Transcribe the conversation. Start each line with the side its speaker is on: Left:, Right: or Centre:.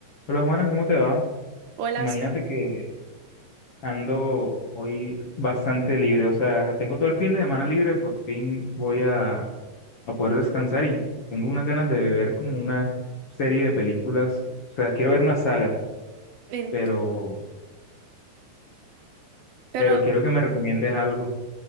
Left: Hola Juana, ¿cómo te va?
Right: O las...
Left: Imagínate que ando hoy bastante libre, o sea, tengo todo el fin de semana libre, por fin voy a, a poder descansar y tengo unas ganas de ver como una serie de películas, o sea, quiero ver una saga,
Right: en-
Left: pero,
Right: Pero,
Left: pero quiero que me recomiendes algo.